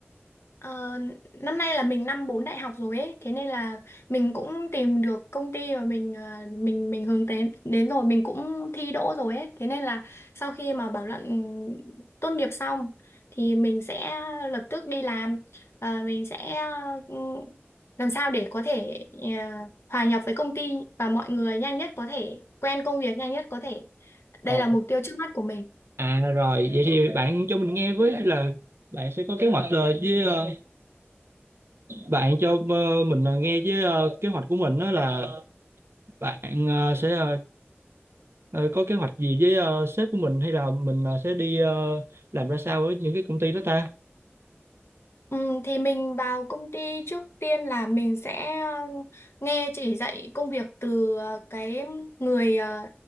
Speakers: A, on the left; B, on the right.
A: Ờ, năm nay là mình năm 4 đại học rồi ấy, thế nên là mình cũng tìm được công ty mà mình ờ, mình mình hướng đến đến rồi, mình cũng thi đỗ rồi ấy, thế nên là sau khi mà bảo luận tốt nghiệp xong thì mình sẽ lập tức đi làm và mình sẽ ừ, làm sao để có thể ờ, hòa nhập với công ty và mọi người nhanh nhất có thể, quen công việc nhanh nhất có thể. Đây
B: Ờ.
A: là mục tiêu trước mắt của mình.
B: à rồi vậy thì bạn cho mình nghe với là bạn sẽ có kế hoạch ờ, với ờ, bạn cho ờ, mình ờ, nghe với ờ, kế hoạch của mình đó là bạn ờ, sẽ ờ, ờ, có kế hoạch gì với ờ, sếp của mình hay là mình ờ, sẽ đi ờ, làm ra sao với những cái công ty đó ta
A: Ừ, thì mình vào công ty trước tiên là mình sẽ ờ, nghe chỉ dạy công việc từ ờ, cái người ờ,